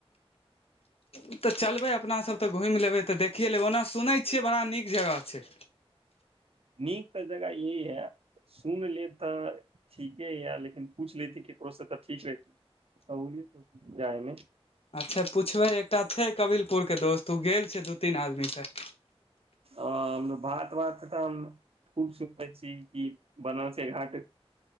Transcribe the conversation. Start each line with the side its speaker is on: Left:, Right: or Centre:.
Left: ओ तऽ चलबै अपना सभ तऽ घुमि लेबै तऽ देखिए लेबै ओना सुनै छियै बड़ा नीक जगह छै
Right: नीक तऽ जगह यही यए सुन ले तऽ ठीके यए लेकिन पूछ लेती ककरोसँ तऽ ठीक रहती त जायमे
Left: अच्छा पूछबै एकटा छै कबीिलपुर के दोस्त ओ गेल छै दू तीन आदमी से
Right: आ भात वात तऽ हम खूब सुनै छी कि बनारसे घाट